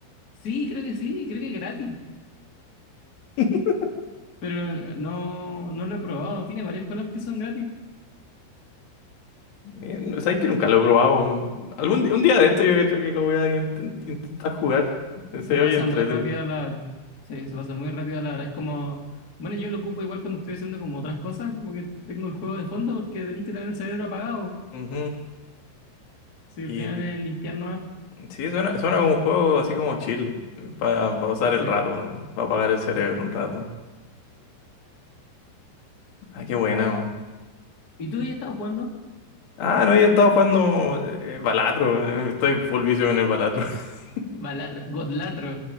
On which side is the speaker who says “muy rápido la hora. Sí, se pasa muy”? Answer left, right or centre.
Left